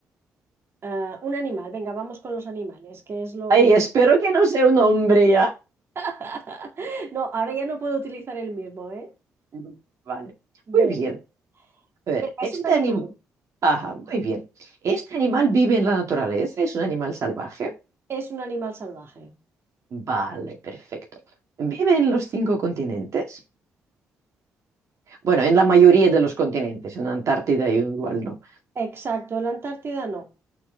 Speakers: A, on the right; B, on the right.
A: ah, un animal, venga, vamos con los animales, que es lo...
B: Ay, espero que no sea un hombre ya.
A: <laughs> No, ahora ya no puedo utilizar el mismo, ¿eh?
B: Ujú. Vale.
A: Venga,
B: Muy bien. A ver,
A: venga,
B: este
A: es un animal,
B: animal. Ajá, muy bien. ¿Este animal vive en la naturaleza? ¿Es un animal salvaje?
A: es un animal salvaje.
B: Vale, perfecto. ¿Vive en los cinco continentes? Bueno, en la mayoría de los continentes. En Antártida igual no.
A: Exacto, la Antártida no,